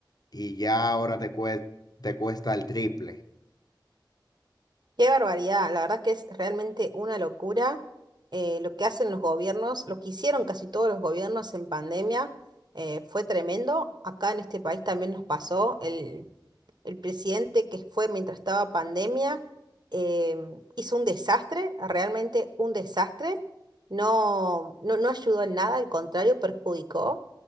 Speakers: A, on the left; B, on the right.
A: y ya ahora te, cue- te cuesta el triple.
B: qué barbaridad, la verdad que es realmente una locura eh, lo que hacen los gobiernos, lo que hicieron casi todos los gobiernos en pandemia eh, fue tremendo. Acá en este país también nos pasó el. el presidente que fue mientras estaba pandemia em, hizo un desastre, realmente un desastre. No, no, no ayudó en nada, al contrario, perjudicó